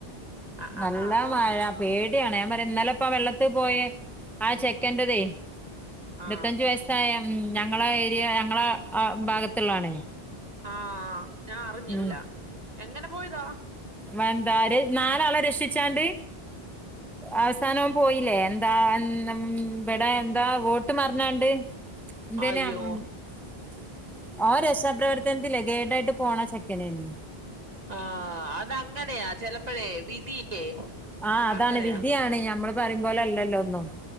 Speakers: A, on the right; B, in the centre.
A: ആ ആ
B: നല്ല
A: ആ ആ
B: മഴ പേടി ആണ് ഞാൻ പറ എന്നാലെപ്പ വെള്ളത്തിൽ പോയ ആ ചെക്കന്റതേ
A: ആ
B: ഇരുപത്തഞ്ചു വയസ്സായ ഞങ്ങള ഏരിയ ഞങ്ങള ഭാഗത്തുള്ളാണേ.
A: ആഹ ഞാ അറിഞ്ഞില്ല
B: ഉം
A: എങ്ങനെ പോയതാ?
B: വന്താ നാലാളെ രക്ഷിച്ചാണ്ട്. അവസാനവും പോയില്ലേ എന്താ ഇവിടെ എന്താ വോട്ട് മറഞ്ഞാണ്ട്. എന്തേനെ
A: അയ്യോ
B: <unintelligible> ഓന് രക്ഷാപ്രവർത്തനത്തില് ഗേഡായിട്ട് പോണ ചെക്കെനെനു
A: ആ അതങ്ങനെയാ ചെലപ്പെഴേ വിധിയേ
B: ആ അതാണ്
A: അങ്ങനെയാ.
B: വിധിയാണ് നമ്മള് പറയും പോലെ അല്ലല്ലോ ഒന്നും